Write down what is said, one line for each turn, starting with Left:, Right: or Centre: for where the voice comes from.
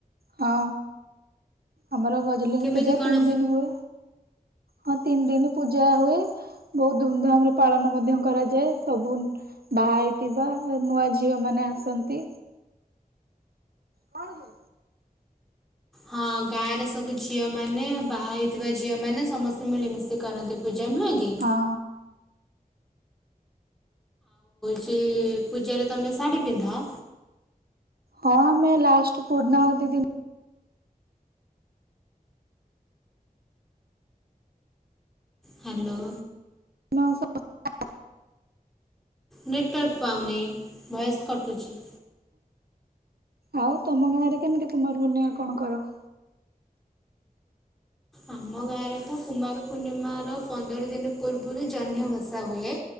Right: ହଁ। ଆମର ଗଜଲିଙ୍ଗ
Centre: କେମିତି
Right: ପୂଜା
Centre: କଣ
Right: ତିନି ଦିନ ହୁଏ। ହଁ ତିନି ଦିନ ପୂଜା ହୁଏ ବହୁତ ଧୁମଧାମ ରେ ପାଳନ ମଧ୍ୟ କରାଯାଏ ସବୁ ବାହା ହେଇଥିବା ନୂଆ ଝିଅ ମାନେ ଆସନ୍ତି। କଣ ଦେ?
Centre: ହଁ ଗାଁ ର ସବୁ ଝିଅ ମାନେ ବା ହେଇ ଥିବା ଝିଅ ମାନେ ସମସ୍ତେ ମିଳିମିଶି କରନ୍ତି ପୁଜା ନୁହଁ କି?
Right: ହଁ
Centre: ଯେ ପୂଜାରେ ତମେ ଶାଢ଼ୀ ପିନ୍ଧ?
Right: ହଁ ଆମେ ଲାଷ୍ଟ ପୁରୁଣା ଆଉ ଦି ଦିନ
Centre: ହ୍ୟାଲୋ।
Right: ନ ସ <unintelligible>
Centre: ନେଟୱାର୍କ ପାଉନି ଭଏସ କଟୁଛି।
Right: ଆଉ ତମ ଗାଁରେ କେମିତି କୁମାର ପୂର୍ଣ୍ଣିମା କଣ କର।
Centre: ଆମ ଗାଁରେ ତ କୁମାର ପୂର୍ଣ୍ଣିମାର ପନ୍ଦର ଦିନ ପୂର୍ବରୁ ଜହ୍ନି ଓଷା ହୁଏ